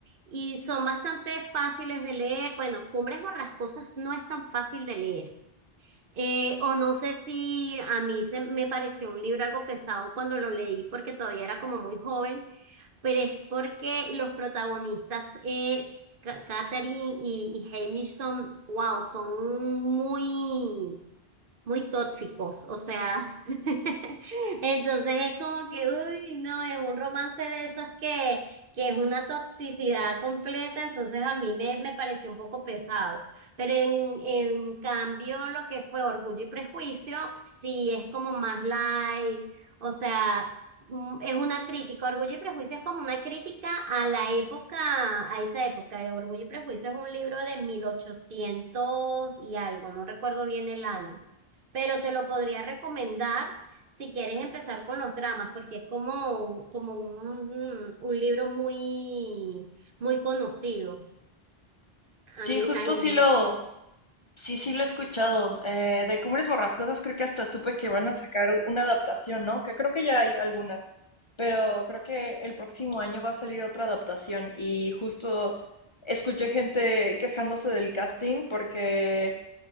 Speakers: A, on the right; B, on the left.
A: y son bastante fáciles de leer. Bueno, Cumbres Borrascosas no es tan fácil de leer. Eh, o no sé si a mí se, me pareció un libro algo pesado cuando lo leí porque todavía era como muy joven, pero es porque los protagonistas, eh, Ca- Catherine y, y Hamish, son, wow, son muy, muy tóxicos, o sea, <laughs> entonces es como que, uy, no, es un romance de esos que, que es una toxicidad completa, entonces a mí me, me pareció un poco pesado, pero en, en cambio lo que fue Orgullo y Prejuicio, sí es como más light, o sea, mm, es una crítica, Orgullo y Prejuicio es como una crítica a la época, a esa época, de Orgullo y Prejuicio es un libro de 1800 y algo, no recuerdo bien el año pero te lo podría recomendar si quieres empezar con los dramas, porque es como, como un, un libro muy, muy conocido
B: Sí,
A: a ni-
B: justo
A: a-
B: sí
A: en-
B: lo, sí, sí lo he escuchado. Eh, de Cumbres Borrascosas creo que hasta supe que van a sacar una adaptación, ¿no? Que creo que ya hay algunas, pero creo que el próximo año va a salir otra adaptación y justo escuché gente quejándose del casting porque